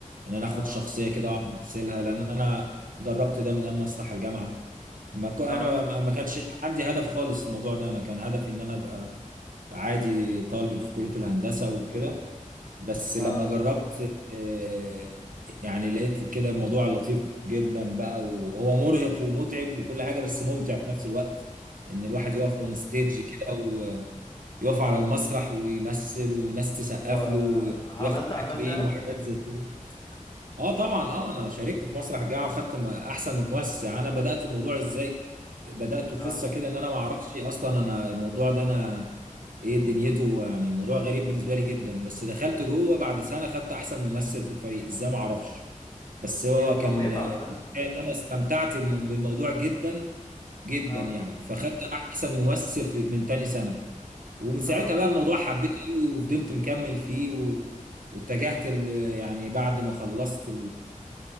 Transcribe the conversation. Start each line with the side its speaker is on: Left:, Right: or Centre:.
Right: ان انا اخد
Left: اه
Right: شخصيه كده واقعد امثلها لان انا جربت ده من ايام مسرح الجامعه ما كو... انا
Left: اه
Right: ما ما كانش عندي هدف خالص الموضوع ده انا كان هدفي ان انا ابقى عادي طالب في كليه الهندسه وكده بس
Left: اه
Right: لما جربت آه، يعني لقيت كده الموضوع لطيف جدا بقى وهو مرهق ومتعب وكل حاجة بس ممتع في نفس الوقت ان الواحد يقف اون ستيج كده ويقف على المسرح ويمثل والناس تسقف
Left: وعملت
Right: له وياخد
Left: اعمال
Right: تكريم
Left: فعلا
Right: وحاجات زي كده اه طبعا اه انا شاركت في مسرح جاعة وخدت م- احسن ممثل يعني انا بدات الموضوع ازاي بداته
Left: اه
Right: في قصه كده ان انا ما اعرفش اصلا انا الموضوع ده انا ايه دنيته يعني موضوع غريب بالنسبه لي جدا بس دخلت جوه بعد سنه خدت احسن ممثل في الفريق ازاي ما اعرفش بس هو
Left: هي موهبه
Right: كان ان
Left: عامه
Right: انا استمتعت بالم- بالموضوع جدا جدا
Left: اه
Right: يعني فخدت احسن ممثل في من تاني سنه ومن ساعتها
Left: اه
Right: بقى الموضوع حبيته قوي وفضلت مكمل فيه و... واتجهت ال... يعني بعد ما خلصت